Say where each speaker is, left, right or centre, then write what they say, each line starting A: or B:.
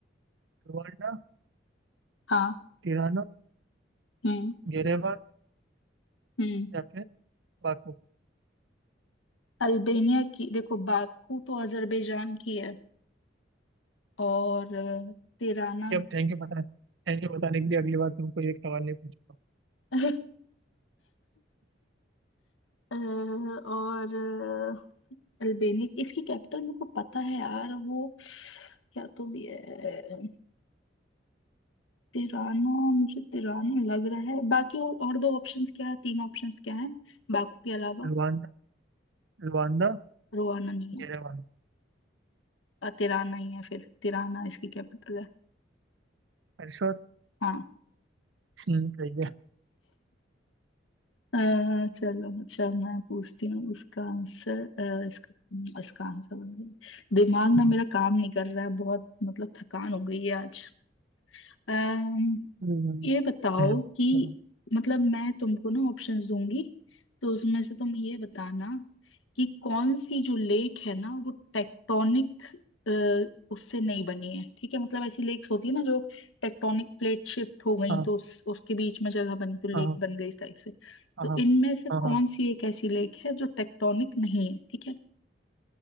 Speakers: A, on the right; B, on the left.
A: रुवांडा
B: हाँ
A: तिराना
B: हम्म
A: गेरेबान
B: हम्म
A: या फिर बाकू
B: अल्बेनिया की देखो बाकू तो अजरबैजान की है और अ, तिराना
A: जब थैंक यू पता है थैंक यू बताने के लिए अगली बार तुमको एक सवाल नहीं पूछूंगा
B: <laughs> अ, और अ, अल्बेनिया की- इसकी कैपिटल मेरे को पता है यार वो क्या तो भी है तिराना मुझे तिराना लग रहा है बाकी और और दो ऑप्शंस क्या है तीन ऑप्शंस क्या है बाकू के अलावा
A: रुवांडा रुवांडा
B: रोआना नहीं है
A: ये रुवांडा
B: अ, तिराना ही है फिर तिराना इसकी कैपिटल है
A: रिश्वत
B: हाँ
A: हम्म, सही है
B: अ, चलो अच्छा मैं पूछती हूँ इसका आंसर अ, इसका इसका आंसर दिमाग ना
A: हम्म,
B: मेरा काम नहीं कर रहा है बहुत मतलब थकान हो गई है आज अम्म
A: हम्म,
B: ये बताओ
A: हम्म,
B: कि
A: बताओ।
B: मतलब मैं तुमको ना ऑप्शंस दूंगी तो उसमें से तुम ये बताना कि कौन सी जो लेक है ना वो टेक्टोनिक उससे नहीं बनी है ठीक है मतलब ऐसी लेक्स होती है ना जो टेक्टोनिक प्लेट शिफ्ट हो गई
A: हाँ
B: तो उस, उसके बीच में जगह बनी तो लेक
A: हाँ
B: बन गई इस टाइप से
A: हाँ
B: तो
A: हाँ
B: इनमें से कौन
A: हाँ
B: सी एक ऐसी लेक है जो टेक्टोनिक नहीं है ठीक है